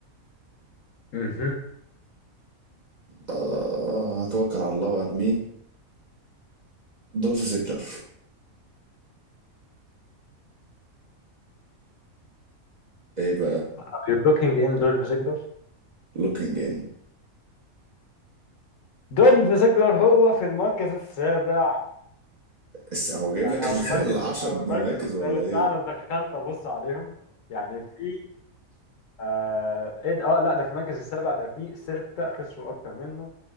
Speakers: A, on the left; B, on the right.
A: مهم.
B: آه هتوكل على الله وارميه دولف زيجلر ايه بقى
A: Are you looking in دولف زيجلر؟
B: looking in
A: دولف زيجلر هو في المركز السابع
B: الس- هو جايب
A: يعني
B: لك
A: او
B: ال-
A: المركز
B: <laughs> العشر
A: او المركز
B: مراكز
A: الثالث
B: ولا ايه
A: لا انا دخلت ابص عليهم يعني في آه ايه ده اه لا ده في المركز السابع ده في ستة خسروا اكتر منه